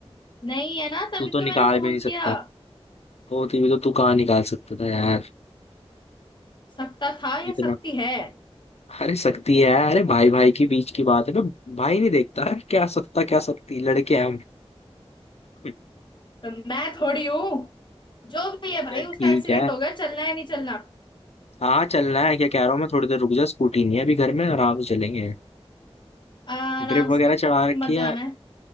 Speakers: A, on the left; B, on the left.
A: नहीं है ना तभी
B: तू तो
A: तो
B: निकाल
A: मैंने फोन
B: भी नहीं सकता
A: किया
B: होती भी तो तू कहाँ निकाल सकता था यार
A: सकता था या
B: इतना
A: सकती है
B: अरे सकती है अरे भाई भाई के बीच की बात है मैं भाई नहीं देखता क्या सकता क्या सकती लड़के हैं हम <laughs>
A: तो मैं थोड़ी हूँ जो भी है भाई
B: चल
A: उसका
B: ठीक
A: एक्सीडेंट
B: है
A: हो गया चलना है नहीं चलना
B: हाँ चलना है क्या कह रहा हूँ मैं थोड़ी देर रुक जा स्कूटी नहीं है अभी घर में आराम से चलेंगे
A: आराम
B: ड्रिप वगैरह
A: से तब
B: चढ़ा
A: तक उसे
B: रखी
A: मर जाना
B: है
A: है